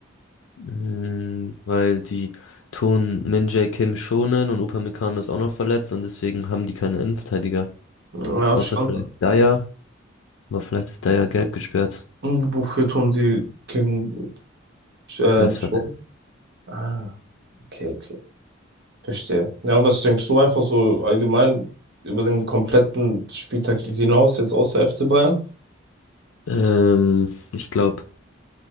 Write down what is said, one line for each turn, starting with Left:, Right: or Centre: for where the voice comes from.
Left: Mhm, weil die tun Min-Jae Kim schonen und Upamecano ist auch noch verletzt und deswegen haben die keine Innenverteidiger.
Right: Ja,
Left: Außer
Right: schon.
Left: vielleicht Dyer, aber vielleicht ist Dyer gelb gesperrt.
Right: Und wofür tun die Kim äh,
Left: Der ist
Right: schon?
Left: verletzt.
Right: Ah, okay, okay. Verstehe. Ja, und was denkst du einfach so allgemein über den kompletten Spieltag hinaus, jetzt außer FC Bayern?
Left: Ähm, ich glaube,